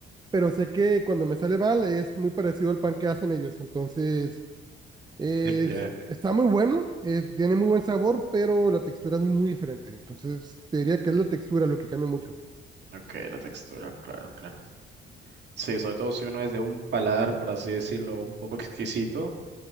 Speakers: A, on the right; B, on the right.
A: pero sé que cuando me sale mal es muy parecido al pan que hacen ellos, entonces es,
B: ya,
A: está muy bueno, eh, tiene muy buen sabor, pero la textura es muy diferente, entonces te diría que es la textura lo que cambia mucho.
B: Ok, la textura, claro, claro. Sí, sobre todo si uno es de un paladar, por así decirlo, un poco exquisito,